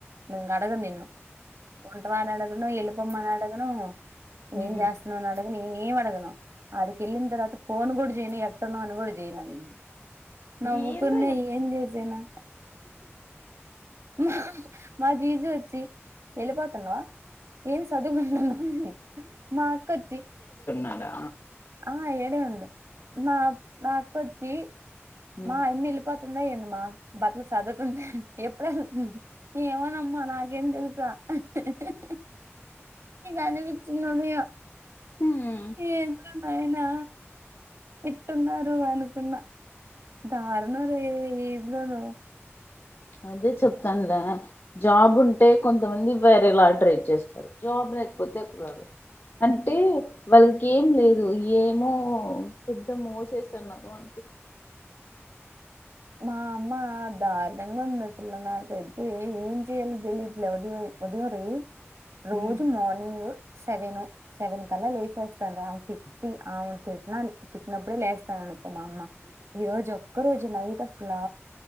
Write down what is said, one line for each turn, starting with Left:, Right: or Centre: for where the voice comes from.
Right: ఇంగ అడగన్ నిన్ను. ఉంటావా అని అడగను, ఎళ్ళిపొమ్మనీ అడగను.
Left: ఉహు
Right: ఏం చేస్తున్నావని అడగను, ఏం అడగను. ఆడికెళ్ళిన తర్వాత. ఫోన్ గుడా జేయును, ఎట్టున్నావ్ అని కూడా జేయును అనింది. నవ్వుకున్నా
Left: ఏంది
Right: ఏం జేసేనా. మా మా జీజర్ అచ్చి ఎళ్ళిపోతున్నావా. ఏం సదుకుంటున్నవ్, మా అక్కొచ్చి
Left: ఆడ
Right: ఆ ఏడే ఉండు. మా మాఅక్కోచ్చి
Left: ఉమ్
Right: మా యమ్మీ ఎళ్ళిపోతుందా ఏందిమా. బట్టలు సదుర్తుంది. ఎప్పుడేల్ ఏమో నమ్మా నాకేం దేల్సా. <unintelligible> అనిపించిదమ్మయ
Left: ఉమ్
Right: ఏంటో. ఎంతైనా తిట్టున్నారు అనుకున్నా. దారుణం రే ఏందోనో.
Left: అదే చెప్తానులే జాబ్ ఉంటే కొంతమంది వేరేలా ట్రై చేస్తారు జాబ్ లేకపోతే ప్రాబ్లం అంటే వాళ్ళకి ఏం లేదు ఏమో పెద్ద మోసేస్తున్నారు అ
Right: మా అమ్మ దారుణంగా ఉంది అసలు నాకైతే ఏం చెయ్యాలో తెలియట్లేదు ఉ ఉదయం రే రోజు
Left: ఉమ్.
Right: మార్నింగ్ సెవెను సెవెన్ కల్లా లేచేస్తాను రా అమే తిట్టి అమే తిట్టిన తిట్టినప్పుడే లేస్తాను మా అమ్మ ఈ రోజు ఒక్క రోజు నైట్ అసలు